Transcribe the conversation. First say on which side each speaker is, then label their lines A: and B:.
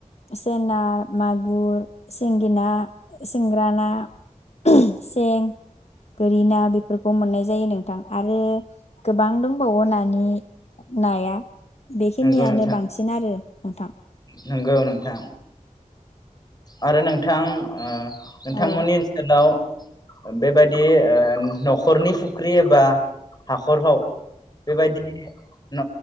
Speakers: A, on the left (about 50°); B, on the left (about 30°).
A: सें ना मागु सिंगि ना सिंग्रा ना उह सें गोरि ना बेफोर खौ मोननाय जायो नोंथां आरो गोबां दंबावो नानि नाया बेखिनियानो
B: नंगौ नोंथां
A: बांसिन आरो नोंथां
B: नंगौ नोंथां आरो नोंथां नोंथांमोननि
A: औ
B: ओनसोलाव बेबायदि ओ न'खरनि फुख्रि एबा हाख <unintelligible> बेबायदि न